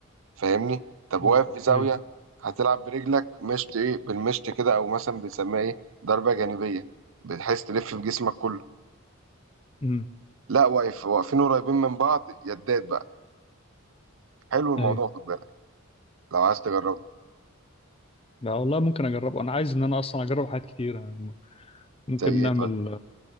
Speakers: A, on the right; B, on the left.
A: فاهمني طب
B: اه
A: واقف في زاوية
B: ايوه
A: هتلعب برجلك مشط إيه بالمشط كده أو مثلا بنسميها إيه ضربة جانبية بتحس تلف في جسمك كله
B: امم
A: لا واقف واقفين قريبين من بعض يدات بقى حلو الموضوع
B: ايوه
A: خد بالك لو عايز تجربه
B: لا والله ممكن اجربه انا عايز ان انا اصلا اجرب حاجات كتير أنا ممكن
A: زي
B: نعمل
A: ايه طيب